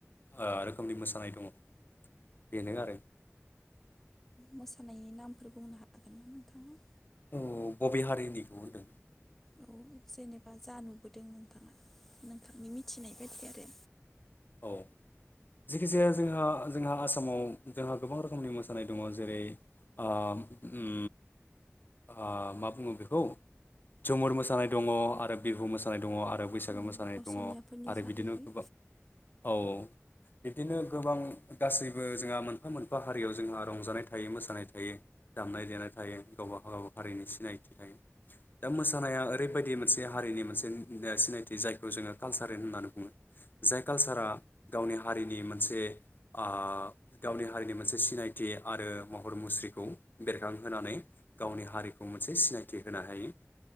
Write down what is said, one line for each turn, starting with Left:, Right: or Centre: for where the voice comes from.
Left: ओ रोखोमनि मोसानाय दङ बेनो आरो।
Centre: मोसानायनि नामफोर बुंनो हागोन ना नोंथाङा?
Left: औ बबे हारिनिखौ होनदों?
Centre: औ जेनेबा जा नुबोदों नोंथाङा नोंथांनि मिथिनाय बायदि आरो।
Left: औ जेखि जाया जोंहा जोंहा आसामाव जोंहा गोबां रोखोमनि मोसानाय दङ जेरै ओ उम आह मा बुङो बेखौ जुमुर मोसानाय दङ आरो बिहु मोसानाय दङ आ आरो बैसागो
Centre: औ
Left: मोसानाय
Centre: असमियाफोरनि
Left: दङ आरो
Centre: जाहैबाय
Left: बिदिनो गोबां औ औ बिब्दिनो गोबां गासैबो जोंहा मोनफा मोनफा हारियाव जोंहा रंजानाय थायो मोसानाय थायो दामनाय देनाय थायो गावबागाव गावबागाव हारिनि सिनायथि थायो दा मोसानाया ओरैबायदि मोनसे हारिनि मोनसे सिनायथि जायखौ जोङो कालसारेल होननानै बुङो। जाय कालसारा गावनि हारिनि मोनसे ओ गावनि हारिनि मोनसे सिनायथि आरो महर मुस्रिखौ बेरखांहोनानै गावनि हारिखौ मोनसे सिनायथि होनो हायो